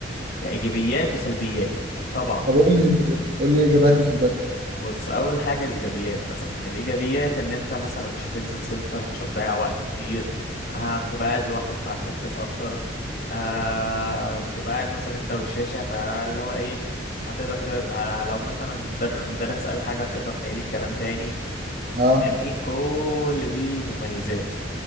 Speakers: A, on the left; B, on the right.
A: يعني ايجابيات وسلبيات طبعا
B: طب قول لي انت كده قول لي ايه اجابات وصل بس
A: بص اول حاجه الايجابيات مثلا الايجابيات ان انت مثلا مش هتنزل سنتر مش هتضيع وقت كتير آه بتبقى قاعد لوحدك فهتركز اكتر آه بتبقى قاعد مثلا انت والشاشه فاللي هو ايه هتقدر ت... آه، لو مثلا المدر- المدرس قال حاجه هتقدر تعيد الكلام تاني
B: اه
A: فاهمني كل دي مميزات